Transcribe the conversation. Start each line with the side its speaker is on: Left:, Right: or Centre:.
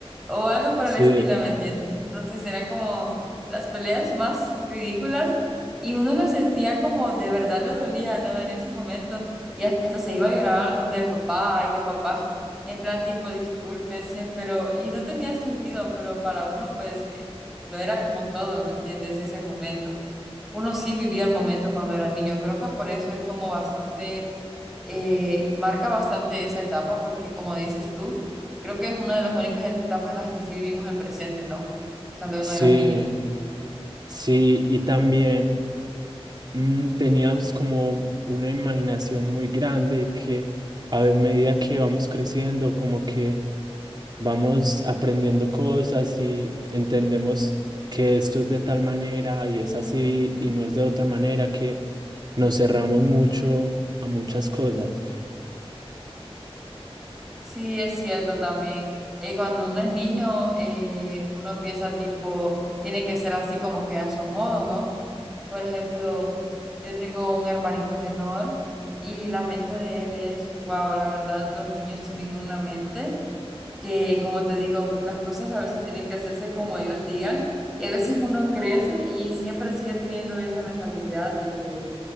Centre: O algo por
Right: Sí,
Centre: el estilo, ¿me entiendes? Entonces era como las peleas más ridículas y uno las sentía como de verdad le dolía, ¿no? En ese momento. Y hasta se iba a llorar donde el papá y los papás, en plan tipo, discúlpense, pero, y no tenía sentido, pero para uno pues lo era como todo, ¿me entiendes? Ese momento. Uno sí vivía el momento cuando era niño, creo que por eso es como bastante, eh, marca bastante esa etapa, porque como dices tú, creo que es una de las únicas etapas en las que sí vivimos el presente, ¿no? Cuando
Right: sí,
Centre: uno era niño.
Right: sí, y también... mm, tenía pues, como una imaginación muy grande y que a medida que vamos creciendo, como que vamos aprendiendo cosas y entendemos que esto es de tal manera y es así y no es de otra manera, que nos cerramos mucho a muchas cosas.
Centre: Sí, es cierto también. Eh, cuando uno es niño, eh, uno piensa tipo, tiene que ser así como que a su modo, ¿no? Por ejemplo, yo tengo un hermanito menor y la mente de él es, wow, la verdad, los niños tienen una mente que, como te digo, las cosas a veces tienen que hacerse como ellos digan y a veces uno crece y siempre sigue teniendo esa mentalidad de que